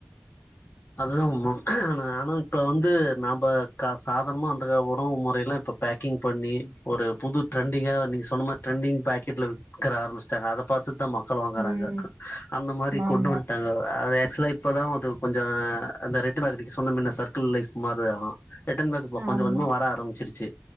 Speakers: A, on the left (about 55°); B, on the right (about 80°).
A: அதுதா <unintelligible> நானு இப்ப வந்து நம்ப கா சாதாரனமா அந்த உணவு முறையெல்லா இப்ப பேக்கிங் பண்ணி ஒரு புது ட்ரெண்டிங்கா நீங்க சொன்ன மாரி டிரரெண்டிங் பாக்கெட்ல விக்ற ஆரம்பிச்சட்டாங்க அத பாத்துதா ம க்கள் வாங்கறாங்க
B: ம்.
A: அந்த மாரி
B: ஆமா,
A: கொண்டு வன்ட்டாங்க அது எக்சல இப்பதா அது கொஞ் சோ அந்த ரிட்டனாகுது நீங்க சொன்ன மின்ன சர்க்கிள் லைஃப் மாரிதா ரிட்டன் பேக் இப்போ கொஞ்சோ
B: ஆமா,
A: கொஞ்சமா வர ஆரம்பிச்சிருச்சு